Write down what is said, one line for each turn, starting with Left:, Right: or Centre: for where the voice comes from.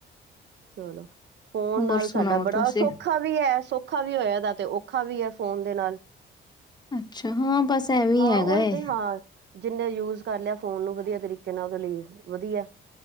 Right: ਚਲੋ। ਫੋਨ
Left: ਹੋਰ
Right: ਨਾਲ
Left: ਸੁਣਾਓ
Right: ਸਾਡਾ ਬੜਾ
Left: ਤੁਸੀਂ
Right: ਸੌਖਾ ਵੀ ਹੈ ਸੌਖਾ ਵੀ ਹੋਇਆ। ਇਹਦਾ ਤੇ ਔਖਾ ਵੀ ਐ ਫੋਨ ਦੇ ਨਾਲ।
Left: ਅੱਛਾ ਹਾਂ ਬਸ ਐਵੇਂ
Right: ਹਾਂ।
Left: ਹੈਗਾ
Right: ਉਹੀ ਤੇ
Left: ਏ
Right: ਹਾਂ। ਜਿੰਨੇ ਯੂਜ ਕਰ ਲਿਆ ਫੋਨ ਨੂੰ ਵਧੀਆ ਤਰੀਕੇ ਨਾਲ। ਉਹਦੇ ਲਈ ਵਧੀਆ।